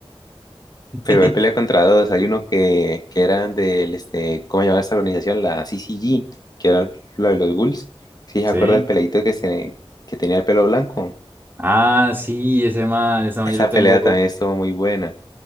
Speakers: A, on the right; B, on the left.
A: <laughs>
B: Pero igual pelea contra dos. Hay uno que, que eran del, este, ¿cómo llamaba esta organización? La CCG, que eran la de los ghouls. Sí, se
A: Sí.
B: acuerda el peleito que, se, que tenía el pelo blanco.
A: Ah, sí, ese man, ese man
B: Esa
A: yo lo tengo,
B: pelea también estuvo muy buena.